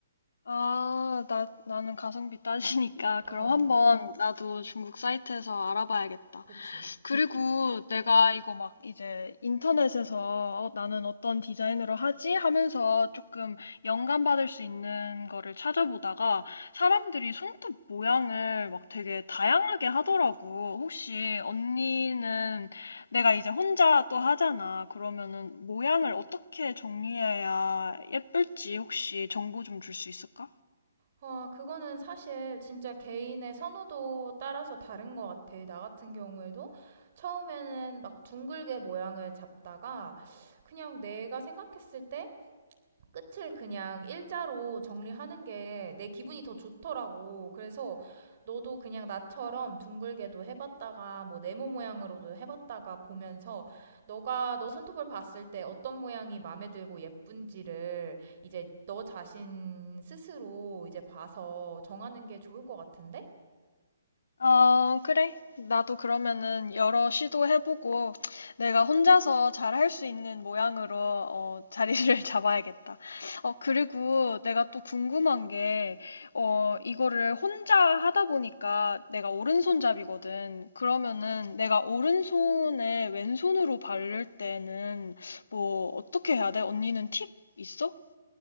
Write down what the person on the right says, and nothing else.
어,
그치.
와, 그거는 사실 진짜 개인의 선호도 따라서 다른 것 같아. 나 같은 경우에도 처음에는 막 둥글게 모양을 잡다가 그냥 내가 생각했을 때 끝을 그냥 일자로 정리하는 게 내 기분이 더 좋더라고. 그래서 너도 그냥 나처럼 둥글게도 해봤다가 뭐 네모 모양으로도 해봤다가 보면서 너가 너 손톱을 봤을 때 어떤 모양이 마음에 들고 예쁜지를 이제 너 자신 스스로 이제 봐서 정하는 게 좋을 것 같은데?